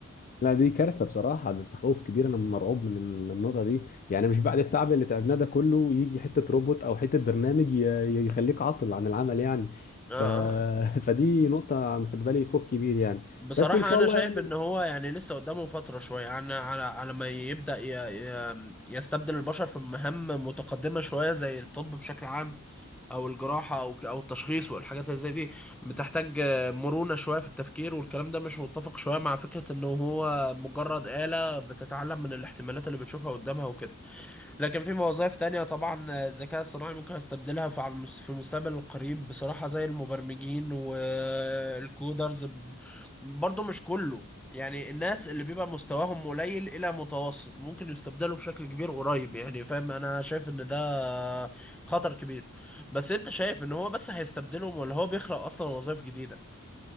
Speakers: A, on the left; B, in the centre.
A: لا دي كارثه بصراحه ده تخوف كبير انا مرعوب من ال- النقطه دي يعني مش بعد التعب اللي تعبناه ده كله يجي حته روبوت او حته برنامج ي- ي- يخليك عاطل عن العمل يعني
B: <laughs> اه
A: ف... <laughs> فدي نقطه مسببه لي خوف كبير يعني
B: بصراحة
A: بس ان شاء
B: أنا
A: الله
B: شايف
A: يعني
B: إن هو يعني لسه قدامه فترة شوية يعني على على ما يبدأ ي... ي... يستبدل البشر في مهام متقدمة شوية زي الطب بشكل عام أو الجراحة أو ك- أو التشخيص والحاجات اللي زي دي بتحتاج آه، مرونة شوية في التفكير والكلام ده مش متفق شوية مع فكرة إنه هو مجرد آلة بتتعلم من الاحتمالات اللي بتشوفها قدامها وكده لكن في وظائف تانية طبعا الذكاء الصناعي ممكن يستبدلها في على المس- في المستقبل القريب بصراحة زي المبرمجين والكودرز برضو مش كله يعني الناس اللي بيبقى مستواهم قليل إلى متوسط ممكن يستبدلوا بشكل كبير قريب يعني فاهم أنا شايف إن ده خطر كبير بس أنت شايف إن هو بس هيستبدلهم ولا هو بيخلق أصلا وظائف جديدة؟